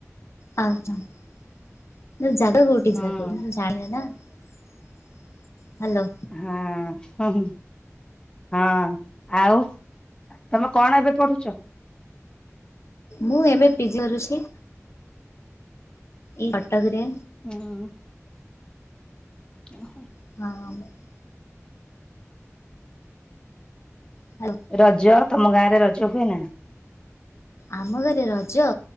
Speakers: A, on the left (about 60°); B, on the left (about 15°).
A: ଆଚ୍ଛା ଜାଗା ସେ
B: ହଁ।
A: କଉଠି <unintelligible> ଜାଣିଦେଲ -ହାଲୋ।
B: ହଁ- ହଁହୁଁ-ହଁ -ଆଉ ତମେ କଣ ଏବେ ପଢୁଚ?
A: ମୁଁ ଏମେ ପିଜି କରୁଚି। ଏଇ କଟକ୍ ରେ।
B: ହଁ। <inaudible>
A: <unintelligible> ହ୍ୟାଲୋ
B: ରଜ ତମ ଗାଁରେ ରଜ ହୁଏ ନା?
A: ଆମ ଘରେ ରଜ